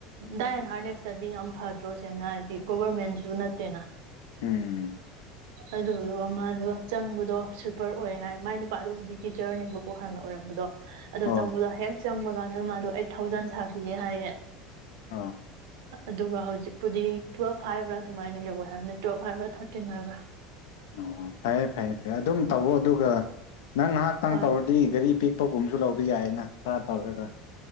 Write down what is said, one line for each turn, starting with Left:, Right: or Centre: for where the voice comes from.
Right: ꯗꯥꯏ ꯑꯦꯟ ꯍꯥꯔꯅꯦꯁꯇꯗꯤ ꯌꯥꯝ ꯐꯗ꯭ꯔꯣ ꯁꯦꯡꯅ ꯍꯥꯏꯗꯤ ꯒꯣꯚꯔꯃꯦꯟꯁꯨ ꯅꯠꯇꯦꯅ
Left: ꯍꯝ
Right: ꯑꯗꯨꯗꯨꯒ ꯃꯥꯗꯣ ꯆꯪꯕꯗꯣ ꯁꯨꯄꯔ ꯑꯣꯏ ꯍꯥꯏ ꯃꯥꯏ ꯅꯨꯄꯥꯗꯨꯕꯨꯗꯤ ꯇꯤꯆꯔꯅꯦꯕꯀꯣ ꯍꯥꯟꯅ ꯑꯣꯏꯔꯝꯕꯗꯣ ꯑꯗꯣ
Left: ꯑꯣ
Right: ꯆꯨꯂ ꯍꯦ ꯆꯪꯕ ꯀꯥꯟꯗ ꯃꯥꯗꯣ ꯑꯩꯠ ꯊꯥꯎꯖꯟ ꯁꯥꯕꯤꯌꯦꯦ ꯍꯥꯏꯌꯦ
Left: ꯑꯥ
Right: ꯑꯗꯨꯒ ꯍꯧꯖꯤꯛꯄꯨꯗꯤ ꯇꯨꯋꯦꯜꯐ ꯍꯥꯏꯕ꯭ꯔꯥ ꯑꯗꯨꯃꯥꯏꯅ ꯌꯧꯒ ꯍꯥꯏꯕꯅꯤ ꯇꯨꯋꯦꯜꯞ ꯍꯥꯏꯕ꯭ꯔꯥ ꯊꯥꯔꯇꯤꯟ ꯍꯥꯏꯕ꯭ꯔꯥ
Left: ꯑꯣ ꯐꯔꯦ ꯐꯔꯦ ꯐꯔꯦ ꯑꯗꯨꯝ ꯇꯧꯋ ꯑꯗꯨꯒ ꯅꯪ ꯉꯥꯏꯍꯥꯛꯇꯪ
Right: ꯍꯣꯏ
Left: ꯇꯧꯔꯗꯤ ꯒꯥꯔꯤ ꯄꯦꯛꯄꯒꯨꯝꯕꯁꯨ ꯂꯧꯕ ꯌꯥꯏꯅ ꯈꯔ ꯇꯧꯔꯦꯒ